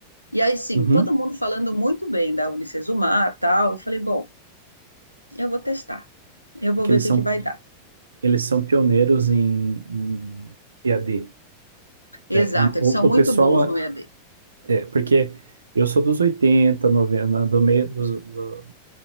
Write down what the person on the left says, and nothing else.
E aí, sim,
todo mundo falando muito bem da Unicesumar, tal. Eu falei, bom, eu vou testar. Eu vou
ver
o que
que vai dar.
Exato,
eles são muito
bons no EAD.